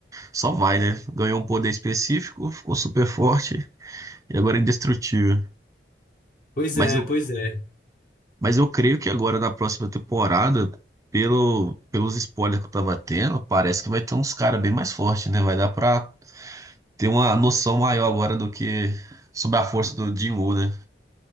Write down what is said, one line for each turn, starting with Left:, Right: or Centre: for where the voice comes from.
Right: só vai, né? Ganhou um poder específico, ficou super forte e agora é indestrutível.
Left: Pois
Right: Mas
Left: é,
Right: eu,
Left: pois é.
Right: Mas eu creio que agora na próxima temporada, pelo, pelos spoilers que eu tava tendo, parece que vai ter uns caras bem mais fortes, né? Vai dar pra ter uma noção maior agora do que sobre a força do Jim Woo, né?